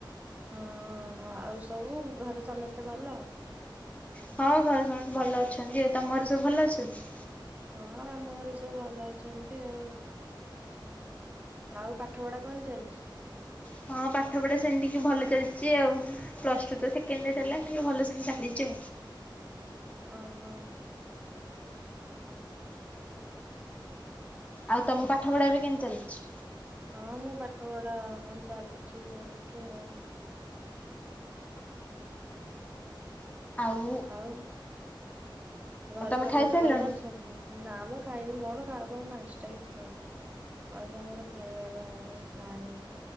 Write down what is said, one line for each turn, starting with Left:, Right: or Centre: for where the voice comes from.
Right: ହଁ ଆଉ ସବୁ ଘରେ ସମସ୍ତେ ଭଲ?
Left: ହଁ ଘରେ ସମସ୍ତେ ଭଲ ଅଛନ୍ତି ତମ ଘରେ ସବୁ ଭଲ ଅଛନ୍ତି?
Right: ହଁ ଆମ ଘରେ ସବୁ ଭଲ ଅଛନ୍ତି ଆଉ। ଆଉ ପାଠ ପଢା କଣ ଚାଲିଛି?
Left: ହଁ ପାଠ ପଢା ସେମିତିଟିକେ ଭଲ ଚାଲିଛି ଆଉ। ପ୍ଲସ ଟୁ ତ ସେଣ୍ଡ ହେଲା ଟିକେ ଭଲ ଚାଲିଚ।
Right: ଓ ହୋ।
Left: ଆଉ ତମ ପାଠ ପଢା ଏବେ କେିତି ଚାଲିଚି।
Right: ହଁ ମୁଁ ପାଠପଡା ଚାଲିଛି ଯେମିତି ଆଉ।
Left: ଆଉ।
Right: ଆଉ ଘରେ
Left: ତମେ
Right: ସମସ୍ତେ
Left: ଖାଇସାରିଲଣି?
Right: ଭଲ ଅଛନ୍ତି? ନା ମୁଁ ଖାଇନି ମୋର ଖାଉ ଖାଉ ପାଞ୍ଚଟା କି ଛଅ ଟା। ଆଜ୍ଞା ମୋର ଖାଇବାର ଅଭ୍ୟସ ନାହିଁ।